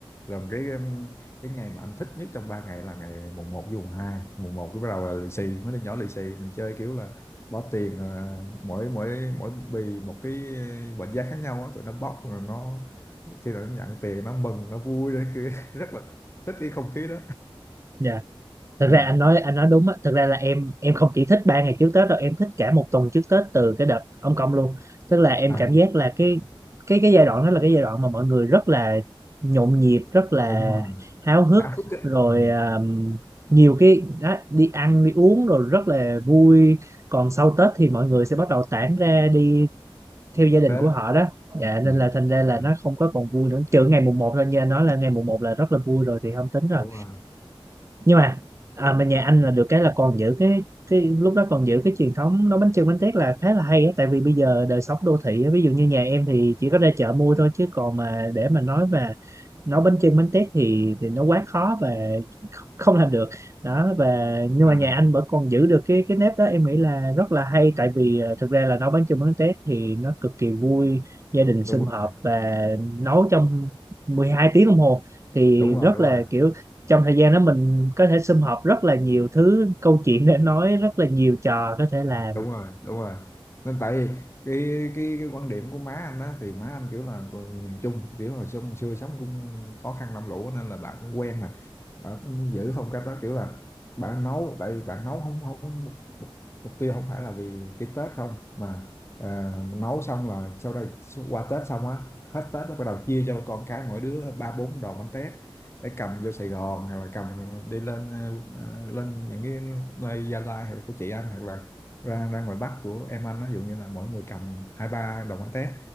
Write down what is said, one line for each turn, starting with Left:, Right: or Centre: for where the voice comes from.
Left: rồi cái um, cái ngày mà anh thích nhất trong ba ngày là ngày mùng một với mùng 2 mùng một cái bắt đầu là lì xì mấy đứa nhỏ lì xì mình chơi kiểu là bỏ tiền ờ, mỗi mỗi mỗi bì một cái mệnh giá khác nhau á tụi nó bóc rồi nó khi nào nó nhận tiền nó mừng nó vui đấy cứ <laughs> rất là thích cái không khí đó
Right: Dạ. thực
Left: à,
Right: ra anh nói anh nói đúng á thực ra là em em không chỉ thích ba ngày trước Tết đâu em thích cả một tuần trước Tết từ cái đợt ông Công luôn tức là em
Left: à
Right: cảm giác là cái cái cái giai đoạn đó là cái giai đoạn mà mọi người rất là nhộn nhịp rất là
Left: đúng rồi
Right: háo hức
Left: háo hức á
Right: rồi
Left: ừ.
Right: um, nhiều cái đó, đi ăn đi uống rồi rất là vui còn sau Tết thì mọi người sẽ bắt đầu tản ra đi theo gia
Left: chúc
Right: đình
Left: Tết
Right: của họ đó dạ nên
Left: à,
Right: là thành ra là
Left: à,
Right: nó không có còn vui nữa trừ ngày mùng một thôi như anh nói là ngày mùng một là rất là vui rồi thì không tính đó
Left: đúng rồi
Right: nhưng mà à, mà nhà anh là được cái là còn giữ cái cái lúc đó còn giữ cái truyền thống nấu bánh chưng bánh tét là khá là hay á tại vì bây giờ đời sống đô thị á, ví dụ như nhà em thì chỉ có ra chợ mua thôi chứ còn mà để mà nói mà nấu bánh chưng bánh tét thì thì nó quá khó và không làm được đó và nhưng
Left: à
Right: mà nhà anh vẫn còn giữ được cái cái nếp đó em nghĩ là rất là hay tại vì ờ, thực ra là nấu bánh chưng bánh tét thì nó cực kỳ vui gia đình sum
Left: đúng rồi
Right: họp và nấu trong 12 tiếng đồng hồ thì
Left: đúng
Right: rất
Left: rồi đúng
Right: là
Left: rồi
Right: kiểu trong thời gian đó mình có thể sum họp rất là nhiều thứ câu chuyện để nói rất là nhiều trò có thể làm
Left: đúng rồi đúng rồi nên tại vì cái cái cái quan điểm của má anh á thì má anh kiểu là người miền Trung kiểu hồi xưa, hồi xưa sống cũng khó khăn làm lũ nên là bà cũng quen mà bà cũng giữ phong cách đó kiểu là bà nấu tại vì bà nấu không không mục, mục mục tiêu không phải là vì cái Tết không mà à, nấu xong là sau đây qua Tết xong á hết Tết nó bắt đầu chia cho con cái mỗi đứa ba bốn đòn bánh tét để cầm vô Sài Gòn hoặc là cầm đi lên ờ, ờ, lên những cái nơi Gia Lai hoặc là của chị anh hoặc là ra ra ngoài Bắc của em anh á, ví dụ như là mỗi người cầm hai ba đồng bánh tét